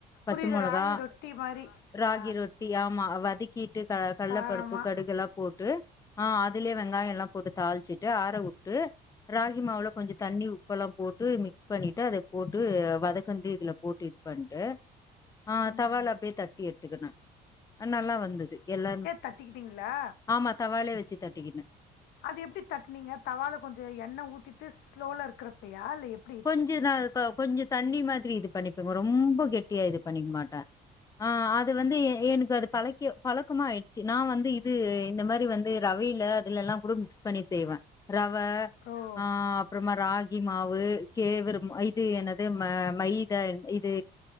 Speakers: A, on the left (about 20°); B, on the left (about 85°).
A: பச்ச
B: புரியுது
A: மொளகா
B: ராகி ரொட்டி மாரி
A: ராகி
B: ஆ
A: ரொட்டி ஆமா வதக்கிட்டு க கல்லபருப்பு
B: காரமா
A: கடுகுல்லா போட் டு ஆ அதுலே வெங்காயோ எல்லா போட்டு தாளிச்சிட் டு ஆறவுட்டு ராகி மாவுல கொஞ்சோ தண்ணி உப்பெல்லா போட்டு மிக்ஸ் பண்ணிட்டு அத போட்டு வதக்குந்து இதுல போட்டு இது பண்ட்டு ஆ
B: ம்
A: தவால அப்டியே தட்டி எடுத்துக்குனே அ நல்லா வந்துது எல்லாரும்
B: தட்டிக்கிட்டீங்ளா
A: ஆமா தவாலயே வச்சு தட்டிக்கின
B: அது எப்டி தட்னீங்க தவால கொஞ்சோ எண்ண ஊத்திட்டு ஸ்லோல இருக்குறப்பயா இல்ல எப்
A: கொஞ்சொ நா க கொஞ்சொ தண்ணி மாதிரி இது பண்ணிப்பேங்க ரொம்ப கெட்டியா இது பண்ணிக்க மாட்ட ஆ அது வந்து எ எனக்கு அது பழக்கியோ பழக்கமா ஆயிடுச்சு நா வந்து இது இந்த மாரி வந்து ரவைல யிலல்லா கூட மிக்ஸ் பண்ணி செய்வே ரவ
B: ஓ
A: ஆ அப்றமா ராகி மாவு கேவரு இது என்னது ம மைத இது